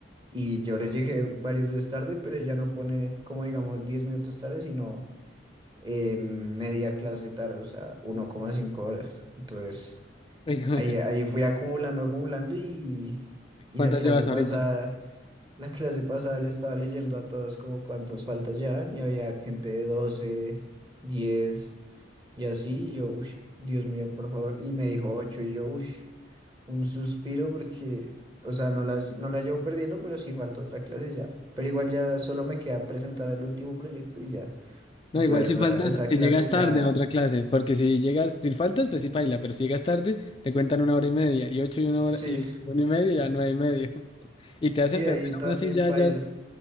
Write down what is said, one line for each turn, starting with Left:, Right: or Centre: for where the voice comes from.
Right: Y yo le llegué varias veces tarde, pero ella no pone, como digamos, 10 minutos tarde, sino eh, media clase tarde, o sea, uno coma cinco horas. Entonces...
Left: <laughs>
Right: Ahí, ahí fui acumulando, acumulando y, y
Left: ¿Cuántas
Right: la clase
Left: llevas
Right: pasada,
Left: ahorita?
Right: la clase pasada le estaba leyendo a todos como cuántas faltas llevan y había gente de doce diez y así. Y yo, uff, Dios mío, por favor. Y me dijo 8 y yo, uff, un suspiro porque, o sea, no las, no las llevo perdiendo, pero sí falta otra clase ya. Pero igual ya solo me queda presentar el último proyecto y ya.
Left: No,
Right: Entonces,
Left: igual si
Right: esa,
Left: faltas,
Right: esa
Left: si
Right: clase
Left: llegas tarde
Right: ya,
Left: a otra clase, porque si llegas, si faltas, pues sí paila, pero si llegas tarde, te cuentan una hora y media, y ocho y una hora,
Right: sí,
Left: y una y media, ya nueve y medio, <laughs> y te
Right: sí,
Left: hacen perder
Right: ahí también
Left: aún así ya,
Right: paila
Left: ya